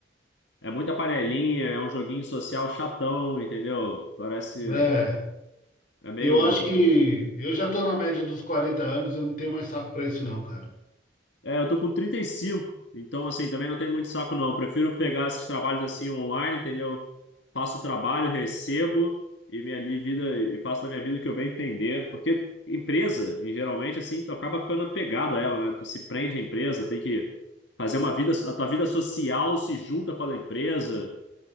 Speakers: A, on the left; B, on the left.
A: É muita panelinha, é um joguinho social chatão, entendeu? Parece.
B: É.
A: É meio.
B: Eu acho que eu já tô na média dos 40 anos, eu não tenho mais saco pra isso não, cara.
A: É, eu tô com 35, então assim, também não tem muito saco não. Prefiro pegar esses trabalhos assim online, entendeu? Faço o trabalho, recebo e minha li- vida e faço da minha vida o que eu bem entender, porque empresa, em geralmente assim, tu acaba ficando pegado a ela, né? Tu se prende à empresa, tem que fazer uma vida, a tua vida social se junta com a da empresa,